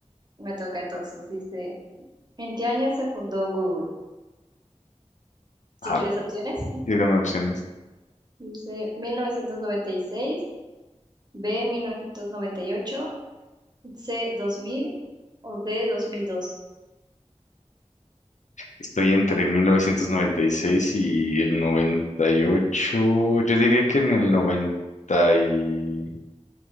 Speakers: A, on the right (about 35°); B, on the left (about 85°).
A: me toca entonces, dice, ¿en qué año se fundó Google?
B: Ah,
A: Si quieres opciones, <laughs>
B: sí, dame opciones.
A: dice 1996. B, 1998. C, 2000. o D, dos mil dos.
B: Estoy entre mil novecientos noventa y seis y el 98. Yo diría que en el noventa y